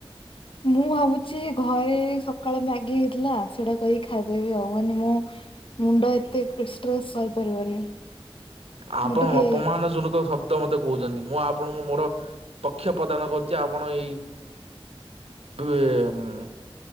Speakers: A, on the left; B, on the right.
A: ମୁଁ ଭାବୁଛି ଘ ଘରେ ସକାଳେ ମ୍ୟାଗି ହେଇଥିଲା ସେଇଟା କରିକି ଖାଇଦେବି ଆଉ ମାନେ ମୋ ମୁଣ୍ଡ ଏତେ ଷ୍ଟ୍ରେସ୍ ସହିପାରିବନି।
B: ଆପଣ
A: ମୁଁ ଟିକେ
B: ଅପମାନ ଯୋନ କ ଶବ୍ଦ ମତେ କହୁଛନ୍ତି ମୁଁ ଆପଣଙ୍କୁ ମୋର ପକ୍ଷ ପ୍ରଦାନ କର ଛି ଆପଣ ଏଇ ଇଏ